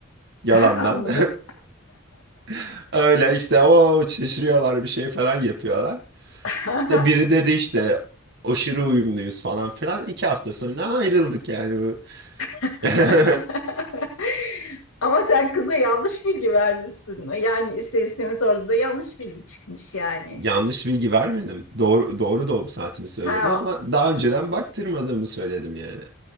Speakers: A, on the right; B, on the left.
A: Yalandan.
B: <laughs> Anladım.
A: <laughs> Öyle işte o şaşırıyorlar bir şey falan yapıyorlar.
B: <laughs>
A: İşte biri dedi işte aşırı uyumluyuz falan filan. İki hafta sonra ayrıldık yani.
B: <laughs>
A: <laughs>
B: Ama sen kıza yanlış bilgi vermişsin. Yani ister istemez orada da yanlış bilgi çıkmış yani.
A: Yanlış bilgi vermedim. Doğru, doğru doğum saatimi söyledim
B: Ha
A: ama daha önceden baktırmadığımı söyledim yani.